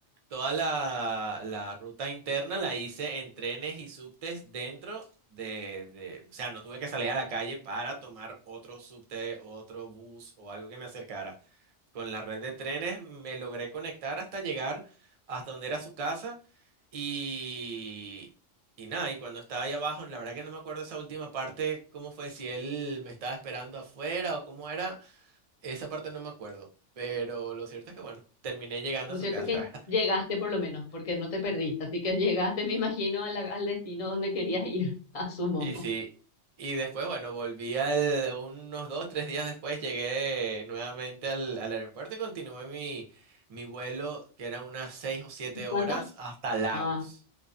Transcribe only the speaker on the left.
Lo
cierto
es que llegaste por lo menos, porque no te perdiste, así que llegaste, me imagino, a la- al destino donde querías ir, <laughs> asumo.
¿Y cuántas?
Ah,